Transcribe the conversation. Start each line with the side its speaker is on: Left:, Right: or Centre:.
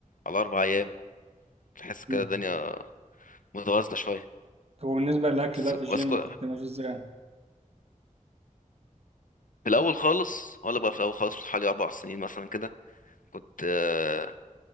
Left: على اربع ايام تحس كده
Right: مم.
Left: الدنيا متوازنه شويه
Right: طب وبالنسبة للأكل
Left: بس
Right: بقى في
Left: بس
Right: الجيم
Left: كو...
Right: كنت ماشي إزاي؟
Left: في الاول خالص ولا بقى في الاول خالص حوالي اربع سنين مثلا كده كنت آه،